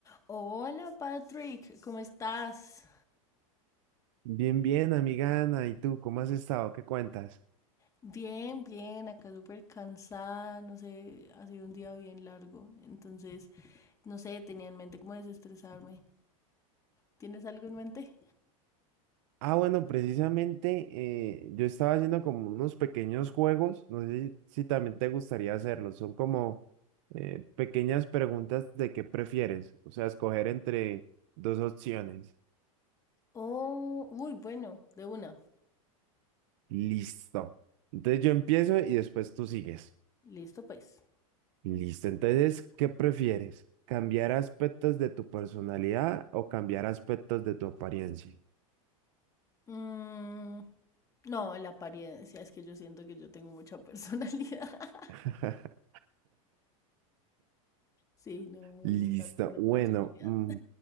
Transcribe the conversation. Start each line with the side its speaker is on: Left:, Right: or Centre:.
Left: Hola Patrick, ¿cómo estás?
Right: Bien, bien, amiga Ana. ¿Y tú cómo has estado? ¿Qué cuentas?
Left: Bien, bien, acá súper cansada, no sé, ha sido un día bien largo, entonces, no sé, tenía en mente cómo desestresarme. ¿Tienes algo en mente?
Right: Ah, bueno, precisamente eh, yo estaba haciendo como unos pequeños juegos. No sé si, si también te gustaría hacerlos. Son como eh, pequeñas preguntas de qué prefieres. O sea, escoger entre dos opciones.
Left: Oh, uy, bueno, de una.
Right: Listo. Entonces yo empiezo y después tú sigues.
Left: Listo, pues.
Right: Listo. Entonces, ¿qué prefieres? ¿Cambiar aspectos de tu personalidad o cambiar aspectos de tu apariencia?
Left: Mm, no, la apariencia, es que yo siento que yo tengo mucha personalidad. <laughs>
Right: <laughs>
Left: Sí, no me
Right: Listo.
Left: gusta tanto la
Right: Bueno,
Left: personalidad.
Right: mm,